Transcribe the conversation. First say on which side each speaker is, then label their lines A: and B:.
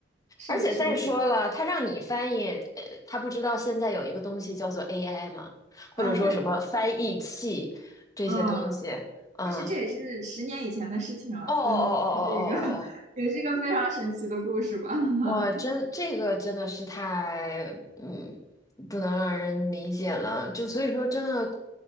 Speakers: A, on the right; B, on the left.
A: 是是不是？
B: 而且再说了，他让你翻译，呃，他不知道现在有一个东西叫做 AI 吗？或者说什么翻译器这些东西，
A: 啊，那嗯，
B: 啊、
A: 但是这也是十年以前的事情了，
B: 哦哦哦哦哦哦哦
A: 但是 <laughs> 也是一个 <laughs> 也是一个非常神奇的故事吧。<laughs>
B: 哇，真这个真的是太嗯，不能让人理解了。就所以说，真的，